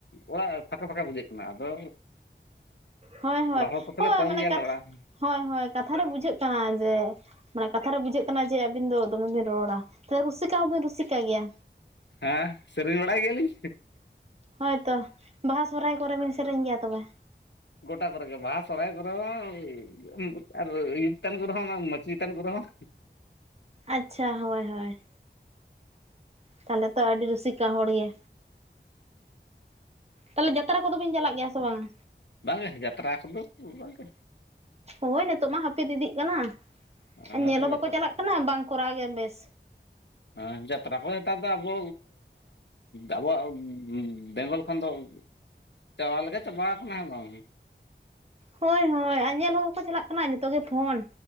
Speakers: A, on the left (about 70°); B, on the right (about 35°).
A: ᱚᱲᱟᱜ ᱯᱷᱟᱸᱠᱟ ᱯᱷᱟᱸᱠᱟ ᱵᱩᱡᱷᱟᱹᱜ ᱠᱟᱱᱟ ᱟᱫᱚ
B: ᱦᱳᱭ ᱦᱳᱭ
A: ᱚᱲᱟᱜ ᱦᱚᱲ ᱠᱚᱛᱮᱞᱮ
B: ᱦᱳᱭ
A: ᱠᱚᱢ
B: ᱢᱟᱱᱮ
A: ᱜᱮᱭᱟᱞᱮ
B: ᱠᱟᱛᱷᱟ
A: ᱚᱲᱟᱜ
B: ᱦᱳᱭ ᱦᱳᱭ ᱠᱟᱛᱷᱟ ᱨᱮ ᱵᱩᱡᱷᱟᱹᱜ ᱠᱟᱱᱟ ᱡᱮ ᱢᱟᱱᱮ ᱠᱟᱛᱷᱟ ᱨᱮ ᱵᱩᱡᱷᱟᱹᱜ ᱠᱟᱱᱟ ᱡᱮ ᱟᱵᱤᱱ ᱫᱚ ᱫᱚᱢᱮ ᱵᱤᱱ ᱨᱚᱲᱟ ᱛᱚ ᱨᱩᱥᱤᱠᱟ ᱦᱚᱸᱵᱤᱱ ᱨᱩᱥᱤᱠᱟ ᱜᱮᱭᱟ
A: ᱦᱮᱸ ᱥᱮᱨᱮᱧ ᱵᱟᱲᱟᱭ ᱜᱮᱭᱟᱞᱤᱧ
B: ᱦᱳᱭ ᱛᱚ ᱵᱟᱦᱟ ᱥᱚᱦᱨᱟᱭ ᱠᱚᱨᱮ ᱵᱮᱱ ᱥᱮᱨᱮᱧ ᱜᱮᱭᱟ ᱛᱚᱵᱮ
A: ᱜᱚᱴᱟ ᱠᱚᱨᱮ ᱜᱮ ᱵᱟᱦᱟ ᱥᱚᱨᱦᱟᱭ ᱠᱚᱨᱮ ᱦᱚᱸ <unintelligible> ᱪᱮᱛᱟᱱ ᱠᱚᱨᱮ ᱦᱚᱸ ᱚᱱᱟ ᱢᱟᱹᱪᱤ ᱪᱮᱛᱟᱱ ᱠᱚᱨᱮ ᱦᱚᱸ
B: ᱟᱪᱪᱷᱟ ᱦᱳᱭ ᱦᱳᱭ ᱛᱟᱦᱚᱞᱮ ᱛᱚ ᱟᱹᱰᱤ ᱨᱩᱥᱤᱠᱟ ᱦᱚᱲ ᱜᱮ ᱛᱟᱦᱚᱞᱮ ᱡᱟᱛᱨᱟ ᱠᱚᱫᱚ ᱵᱤᱱ ᱪᱟᱞᱟᱜ ᱜᱮᱭᱟ ᱥᱮ ᱵᱟᱝᱟ
A: ᱵᱟᱝ ᱜᱮ ᱡᱟᱛᱨᱟ ᱠᱚᱫᱚ ᱵᱟᱝ ᱜᱮ
B: ᱦᱳᱭ ᱱᱤᱛᱚᱜ ᱢᱟ ᱦᱟᱹᱯᱤᱫ ᱤᱫᱤᱜ ᱠᱟᱱᱟ
A: ᱦᱮᱸ
B: ᱧᱮᱞ ᱦᱚᱸ
A: ᱡᱟᱛᱨᱟ
B: ᱵᱟᱠᱚ ᱪᱟᱞᱟᱜ ᱠᱟᱱᱟ ᱵᱟᱝ ᱠᱚᱨᱟᱣ ᱜᱮ ᱵᱮᱥ
A: ᱦᱮᱸ ᱡᱟᱛᱨᱟ ᱠᱚ ᱱᱮᱛᱟᱨ ᱫᱚ ᱟᱵᱚ ᱟᱵᱚᱣᱟᱜ ᱵᱮᱝᱜᱚᱞ ᱠᱷᱚᱱ ᱫᱚ ᱪᱟᱵᱟ ᱞᱮᱠᱟ ᱪᱟᱵᱟ ᱠᱟᱱᱟ ᱵᱟᱝ
B: ᱦᱳᱭ ᱦᱳᱭ ᱟᱨ ᱧᱮᱞ ᱦᱚᱸ ᱵᱟᱠᱚ ᱪᱟᱞᱟᱜ ᱠᱟᱱᱟ ᱡᱚᱛᱚ ᱜᱮ ᱯᱷᱳᱱ